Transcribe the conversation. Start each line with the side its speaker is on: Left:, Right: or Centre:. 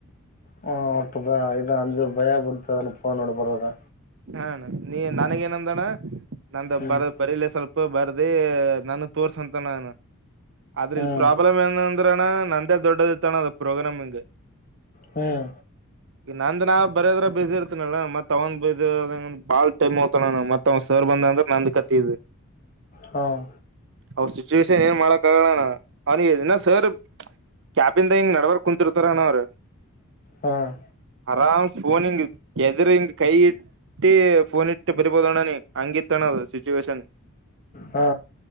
Left: ಹ ಅಪ್ಪದಾ ಇದ ಅಂಜು ಭಯಾ ಕೊತ ನೋಡ ಪರದ
Right: ಹ್ಣ ನೀ ನನಗೇಏನಂದೋಣ್ಣ ನಂದ
Left: ಹ್ಮ್
Right: ಬರ ಬರಿೀಲಿ ಸ್ವಲ್ಪ ಬರ್ದಿ ನಾನ ತೋರ್ಸಂತ ನು ಆದ್ರ
Left: ಹ್ಮ್
Right: ಇಲ್ ಪ್ರಾಬ್ಲಮ್ ಏನ ನಂದೇ ದೊಡ್ಡದ ತಾನ ಅ ಪರೋಗ್ರಾಮಗೆ
Left: ಹ್ಮ್
Right: ಈ ನಂದ ನಾ ಬರ್ಯದ್ರ ಬಜಿ ಇರ್ತನಲ್ಲಾ ಮತ್ ಅವಂದ ಬಜಿದಂಗ ಬಾಳ್ ಟೈಮ್ ಹಗತ ನಾನ ಮತ್ ಸೋರ್ ಬಂದ ಅಂತ ನಂದು ಕತ್ತಿದ
Left: ಹಾಂ
Right: ಅವ್ರ ಸಿಚುವೇಶನ್ ಏನ್ ಮಾಡಕ ಆಗೋಣ ಅವನಿಗೆನ್ನ ಸರ್ ಕ್ಯಾಬಂದ ಹಿಂಗ್ ನಡವರ್ ಕುಂತಿರ್ತಾರನ ಅವ್ರರು
Left: ಹಾಂ
Right: ಆರಾಮ್ ಫೋನಿಂಗ ಗದರಿಂಗ್ ಕೈ ೀ ಫೋನ್ ಇಟ್ಟು ಬರಿಬೋದೋಣಿ ಹಂಗಿತ್ತಣ ಸಿಚುುವೇೇಶನ್
Left: ಹಾ